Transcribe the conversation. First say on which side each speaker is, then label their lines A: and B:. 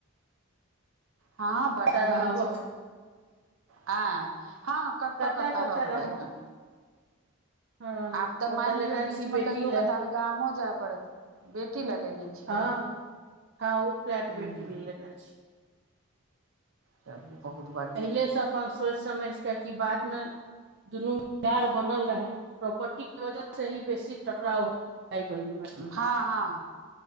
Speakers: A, on the right; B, on the right.
A: हँ बढ़ियां
B: कतऽ रहब
A: छै। आऐं, हँ। कत्तऽ
B: कतऽ
A: कत्तऽ
B: कतऽ
A: रहबै
B: रहब
A: हें।
B: हँ
A: आब तऽ
B: ओ
A: मानि
B: लेने
A: लिअ बीच
B: छी
A: मे
B: बेटी
A: कहियो
B: लए
A: कताल गाॅंमो जाय पड़त। बेटी ले लेने छियै।
B: हँ हँ ओ फ्लैट
A: हूँ
B: बेटी ले लेने छियै।
A: तब बहुत बढियां।
B: पहिलेसँ अपन सोचि समझि कऽ कि बादमे दुनूमे प्यार बनल रहै, प्रॉपर्टी के वजह से ही बेसी टकराव भाय बहिन मे।
A: हँ हँ।